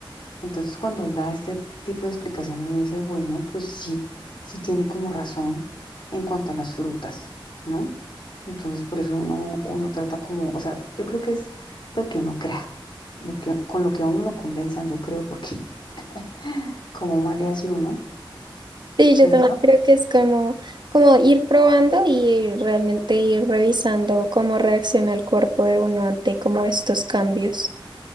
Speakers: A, on the left (about 60°); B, on the right (about 55°).
A: Entonces, cuando él da este tipo de explicación, uno dice, bueno, pues sí, sí tiene como razón en cuanto a las frutas, ¿no? Entonces, por eso uno, uno trata como, o sea, yo creo que es lo que uno crea, lo que, con lo que a uno lo convenzan, yo creo, porque <laughs> como mal le hace uno,
B: Sí,
A: ¿cierto?
B: yo también creo que es como, como ir probando y realmente ir revisando cómo reacciona el cuerpo de uno ante como estos cambios.